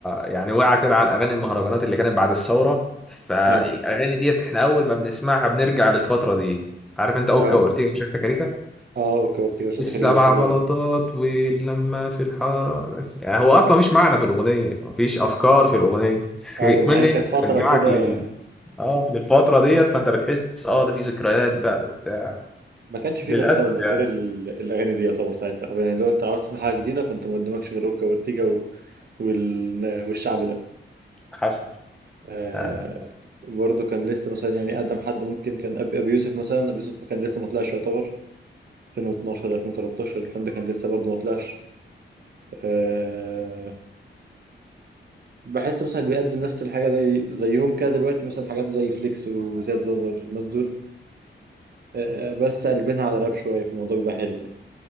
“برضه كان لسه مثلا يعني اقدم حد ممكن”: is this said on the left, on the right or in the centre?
Right